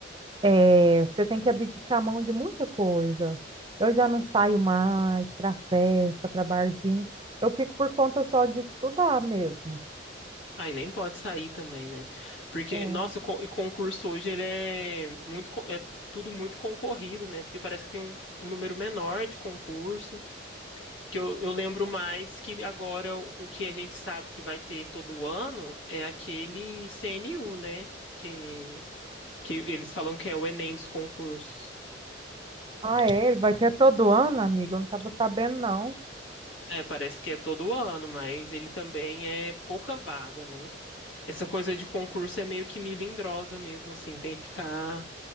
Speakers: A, on the right (about 25°); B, on the left (about 80°).
A: é, você tem que abdicar a mão de muita coisa. Eu já não saio mais para festa, para barzinho. Eu fico por conta só de estudar mesmo.
B: Aí nem pode sair também, né? Porque,
A: É.
B: nossa, o con- o concurso hoje ele é muito co- é tudo muito concorrido, né? Porque parece que tem um, um número menor de concurso, que eu, eu lembro mais que agora o o que a gente sabe que vai ter todo ano é aquele CNU, né? Que, que eles falam que é o Enem dos concursos.
A: Ah, é? Ele vai ter todo ano, amiga? Eu não estava sabendo, não.
B: É, parece que é todo ano, mas ele também é pouca vaga, né? Essa coisa de concurso é meio que melindrosa mesmo, assim, tem que ficar